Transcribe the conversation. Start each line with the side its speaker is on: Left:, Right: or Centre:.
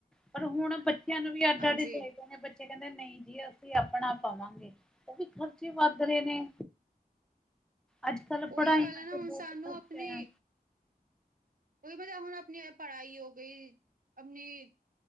Centre: ਪਰ ਹੁਣ ਬੱਚਿਆਂ ਨੂੰ ਵੀ ਅੱਡ-ਅੱਡ
Right: ਹਾਂਜੀ
Centre: ਈ ਚਹੀਦੇ ਨੇ ਬੱਚੇ ਕਹਿੰਦੇ ਨਹੀਂ ਜੀ ਅਸੀਂ ਆਪਣਾ ਪਾਵਾਂਗੇ, ਉਹ ਵੀ ਖਰਚੇ ਵੱਧ ਰਹੇ ਨੇ। ਅੱਜ-ਕਲ
Right: ਉਹੀਓ
Centre: ਪੜ੍ਹਾਈਆਂ
Right: ਗੱਲ ਹੈ ਨਾ
Centre: ਤੇ
Right: ਹੁਣ
Centre: ਬਹੁਤ
Right: ਸਾਨੂੰ
Centre: ਖਰਚੈ
Right: ਆਪਣੀ ਉਹੀ ਪਤਾ ਹੁਣ ਆਪਣੀ ਪੜ੍ਹਾਈ ਹੋ ਗਈ। ਆਪਣੀ